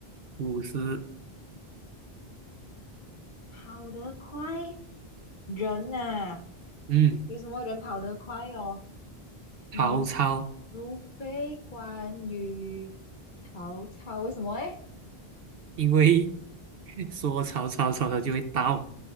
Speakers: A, on the right (about 65°); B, on the left (about 50°).
A: 五十，
B: 跑得快，人呐、
A: 嗯，
B: 有什么人跑得快哦？刘
A: 曹操，
B: 刘备、关羽、曹操，为什么诶？
A: 因为 <laughs> 说曹操，曹操就会到，